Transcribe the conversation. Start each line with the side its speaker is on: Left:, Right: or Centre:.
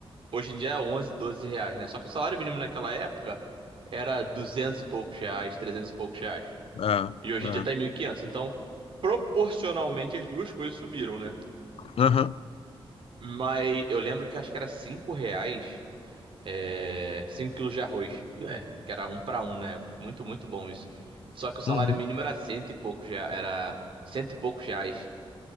Right: hoje em dia é 11, 12 reais, né? Só que o salário mínimo naquela época era 200 e poucos reais, 300 e poucos reais.
Left: é,
Right: E hoje em
Left: é,
Right: dia tá em 1.500. Então, proporcionalmente as duas coisas subiram, né?
Left: aham,
Right: Mas eu lembro que acho que era 5 reais, é... 5 quilos de arroz. É, que era um para um na época. Muito, muito bom isso. Só que o salário
Left: uhum,
Right: mínimo era cento e poucos, rea- era cento e poucos reais,